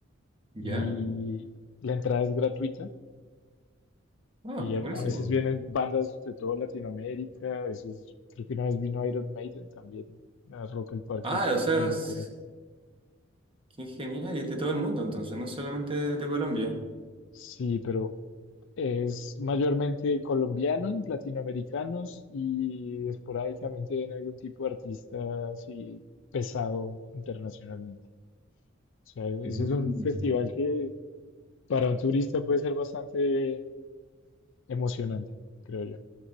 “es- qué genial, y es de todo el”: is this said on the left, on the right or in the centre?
Right